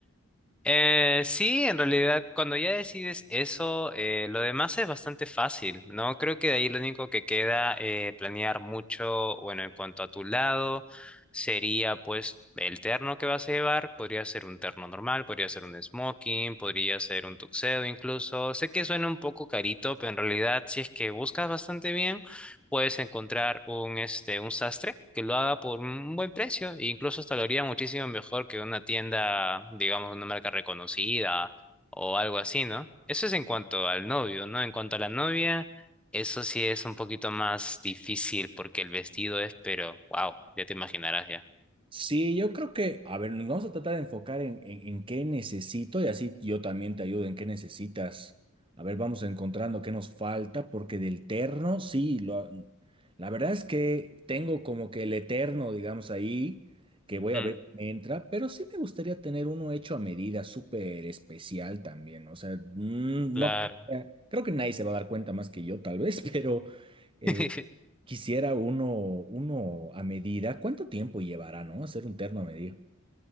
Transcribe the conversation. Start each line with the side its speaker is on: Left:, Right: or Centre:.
Centre: Eh, sí, en realidad, cuando ya decides eso, eh, lo demás es bastante fácil, ¿no? Creo que de ahí lo único que queda eh, planear mucho, bueno, en cuanto a tu lado, sería pues el terno que vas a llevar, podría ser un terno normal, podría ser un smoking, podría ser un tuxedo incluso. Sé que suena un poco carito, pero en realidad, si es que buscas bastante bien puedes encontrar un, este, un sastre que lo haga por un buen precio e incluso hasta lo haría muchísimo mejor que una tienda, digamos, una marca reconocida o algo así, ¿no? Eso es en cuanto al novio, ¿no? En cuanto a la novia, eso sí es un poquito más difícil porque el vestido es, pero, wow, ya te imaginarás ya.
Right: Sí, yo creo que, a ver, nos vamos a tratar de enfocar en, en, en qué necesito y así yo también te ayudo en qué necesitas. A ver, vamos encontrando qué nos falta, porque del terno, sí, lo, la verdad es que tengo como que el eterno, digamos, ahí, que voy a
Centre: Mm,
Right: ver si me entra, pero sí me gustaría tener uno hecho a medida, súper especial también. O sea, mm,
Centre: claro.
Right: no, creo que nadie se va a dar cuenta más que yo, tal vez, <laughs> pero... eh,
Centre: <laughs>
Right: Quisiera uno, uno a medida. ¿Cuánto tiempo llevará, no? Hacer un terno a medida.